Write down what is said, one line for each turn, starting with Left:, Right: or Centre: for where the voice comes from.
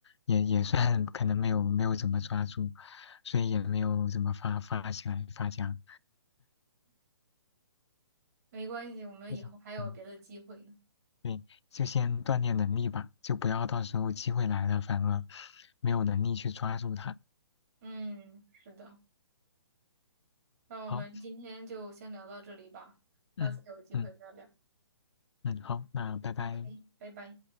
Left: 也也算可能没有没有怎么抓住，所以也没有怎么发发起来发家。
Right: 没关系，我们以后还有别的机会呢。
Left: 嗯，嗯对，就先锻炼能力吧，就不要到时候机会来了反而没有能力去抓住它。
Right: 嗯，是的，那我们今天就先聊到这里吧，
Left: 好，嗯嗯
Right: 下次有机会再聊。
Left: 嗯，好，那拜拜。
Right: OK，拜拜。